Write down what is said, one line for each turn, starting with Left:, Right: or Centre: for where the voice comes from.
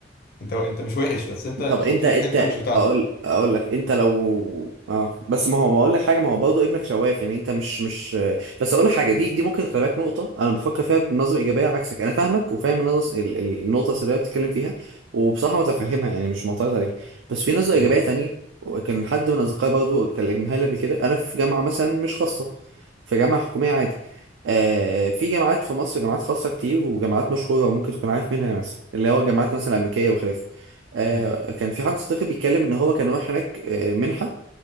Left: انت انت مش وحش بس انت
Right: طب
Left: حطيته
Right: انت انت
Left: في حته مش بتاعته
Right: اقول اقول لك انت لو اه بس ما هو ما اقول لك حاجه ما هو برضه ابنك شواف يعني انت مش مش بس اقول لك حاجه دي دي ممكن خلي بالك نقطه انا بفكر فيها بنظره ايجابيه عكسك انا فاهمك وفاهم النظر ال- ال- النقطه السلبيه اللي بتتكلم فيها وبصراحه متفهمها يعني مش معترض عليها بس في نظره
Left: امم
Right: ايجابيه تانية وكان حد من اصدقائي برضه كلمها لي قبل كده انا في جامعه مثلا مش خاصه في جامعه حكوميه عادي آه في جامعات في مصر جامعات خاصه كتير وجامعات مشهوره وممكن تكون عارف منها مثلا اللي هو الجامعات مثلا الامريكيه وخلافه آه
Left: امم
Right: كان في حد صديقي بيتكلم ان هو كان رايح هناك آه منحه